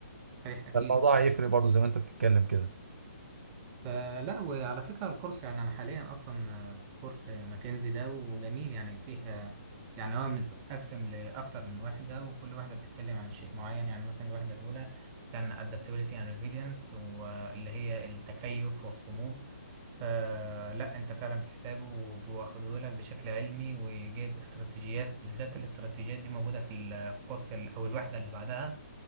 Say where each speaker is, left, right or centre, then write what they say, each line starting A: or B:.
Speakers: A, on the right; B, on the right.
A: صحيح اكيد
B: فالموضوع هيفرق برضه زي ما انت بتتكلم كده
A: فلا وعلى فكرة الكورس يعني أنا حاليا أصلا في كورس ماكنزي ده وجميل يعني فيها يعني هو متقسم لأكتر من وحدة وكل وحدة بتتكلم عن شيء معين يعني مثلا الوحدة الأولى كان adaptability and resilience واللي هي التكيف والصمود فلا أنت فعلا بتحتاجه وبياخدوه لك بشكل علمي وجايب استراتيجيات بالذات الاستراتيجيات دي موجودة في الكورس ال- أو الوحدة اللي بعدها